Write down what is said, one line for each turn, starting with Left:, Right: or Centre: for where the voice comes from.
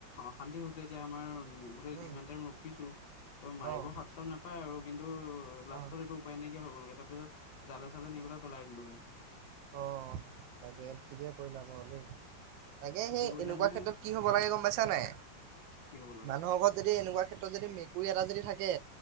Left: অশান্তি হৈছে এতিয়া আমাৰ গোটেই
Right: উম,
Left: ইমান টাইম ৰখিছো তই মাৰিব
Right: অ',
Left: সাপ চাপ নাপায় আৰু কিন্তু লাষ্টত
Right: অ',
Left: এইটো উপায় নাইকিয়া হৈ গ'লগে তাৰ পিছত জালে চালে নি পেলাই পেলাই দিলোগে
Right: অ তাকে ঠিকে কৰিলা ব হ' দেই তাকে
Left: ঠিকে
Right: সেই
Left: কৰিলা
Right: এনেকুৱা
Left: মানে
Right: ক্ষেত্ৰত কি হব লাগে গম পাইছা নাই
Left: কি হ'ব লাগে
Right: মানুহৰ ঘৰত যদি এনেকুৱা ক্ষেত্ৰত যদি মেকুৰী এটা যদি থাকে